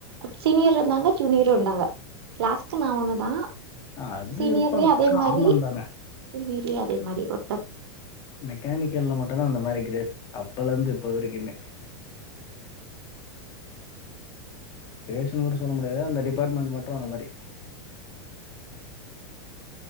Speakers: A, on the right; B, on the left.
A: சீனியர் இருந்தாங்க ஜூனியரு இருந்தாங்க கிளாஸ்க்கு நா ஒன்னுதா
B: ஆ அது
A: சீனியர்லயு
B: இருப்பாங்க
A: அதே
B: காமன்
A: மாரி
B: தானே
A: ஜுனியர்லயு அதே மாரி ஒருத்தர்
B: மெக்கானிக்கல்ல மட்டுந்தா அந்த மாரி கிரேஸ் அப்பல்லந்து இப்ப வரைக்குமே கிரேஸ்ன்னு கூட சொல்ல முடியாது அந்த டிபார்ட்மெண்ட் மட்டு அந்த மாரி